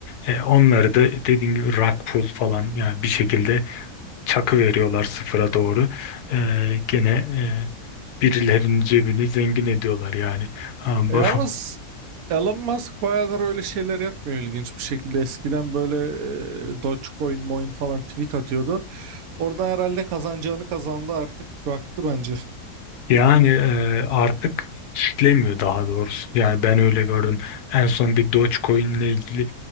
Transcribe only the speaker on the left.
E, onları da dediğin gibi rug pull falan yani bir şekilde çakı veriyorlar sıfıra doğru. Ee, gene e, birilerinin cebini zengin ediyorlar yani. Ama
bu-
<laughs>
Yani e, artık işlemiyor daha doğrusu. Yani ben öyle gördüm. En son bir Dogecoin ile ilgili